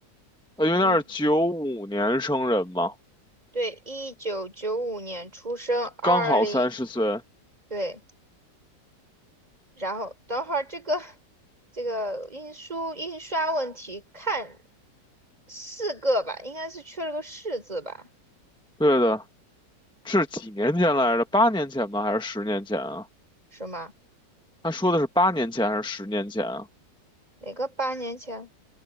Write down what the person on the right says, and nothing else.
嗯，对，一九九五年出生，二零。
对，然后等会儿这个这个印书印刷问题，看四个吧，应该是缺了个“是”字吧？
是吗？
哪个八年前？